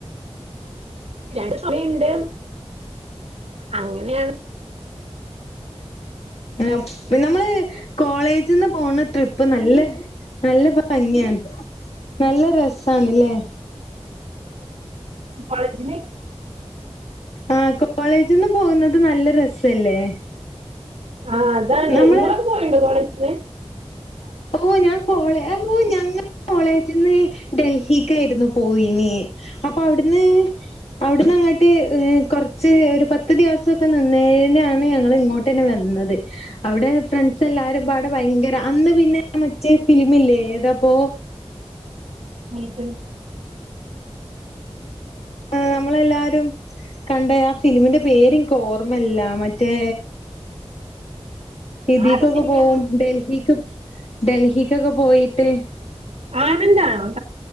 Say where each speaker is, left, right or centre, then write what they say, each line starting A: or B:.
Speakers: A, on the right; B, on the left.
A: രണ്ട് തുണിണ്ട് അങ്ങനെയാണ്.
B: ആ പിന് നമ്മള് കോളേജ് ജ്ന്ന് പോണ ട്രിപ്പ് നല്ല നല്ല ഭംഗിയാണ്. നല്ല രസാണ് ല്ലേ
A: കോളേജില്
B: ആ കോളേജ് ന്ന് പോകുന്നത് നല്ല രസല്ലേ
A: ആ അതാണ്
B: നമ്മള്
A: ഇ ങ്ങളൊക്കെ പോയിണ്ടോ കോളേജിന്ന്
B: ഓ ഞാൻ കോളേ <unintelligible> കോളേജിൽന്ന് ഡൽഹികായിരുന്നു പോയിനീ അപ്പ അവിടുന്ന് ഇവിടന്ന് അങ്ങട്ട് കൊർച്ച് ഒരു പത്ത് ദിവസമൊക്കെ നിന്നേനെണ് ഞങ്ങള് ഇങ്ങോട്ട്ന്നെ വന്നത്. അവിടെ ഫ്രണ്ട്സ് എല്ലാരും പാടെ ഭയങ്കര അന്ന് പിന്നെ മറ്റേ ഫിലിംമില്ലേ എതാ പ്പോ
A: ഏത്
B: ആ നമ്മളെല്ലാരും കണ്ട ആ ഫിലിംമിന്റെ പേര് ൻക്ക് ഓർമല്ല മറ്റേ ഇദിക്കൊക്കെ
A: ആരുടെ സിനിമയാണ്
B: പോവും ഡൽഹിക്ക് ഡൽഹിക്കൊക്കെ പോയിട്ട്
A: ആനന്ദം ആണോ